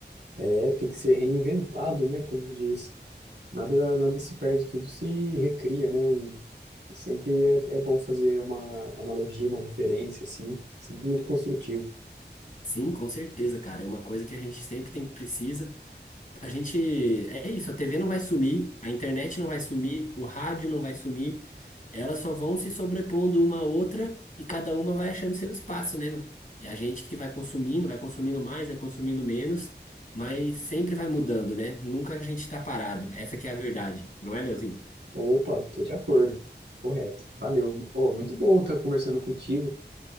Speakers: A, on the right; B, on the left.
A: É, tem que ser reinventado, né? Como diz, nada, nada se perde, tudo se recria, né? E, e sempre é, é bom fazer uma analogia, uma referência, assim, sempre muito construtivo.
B: Sim, com certeza, cara. É uma coisa que a gente sempre tem precisa. A gente é isso, a TV não vai sumir, a internet não vai sumir, o rádio não vai sumir. Elas só vão se sobrepondo uma à outra e cada uma vai achando seu espaço, né? mano? É a gente que vai consumindo, vai consumindo mais, vai consumindo menos, mas sempre vai mudando, né? Nunca a gente tá parado. Essa que é a verdade, não é, Leozinho?
A: Opa, tô de acordo. Correto. Valeu. Ó, muito bom estar conversando contigo.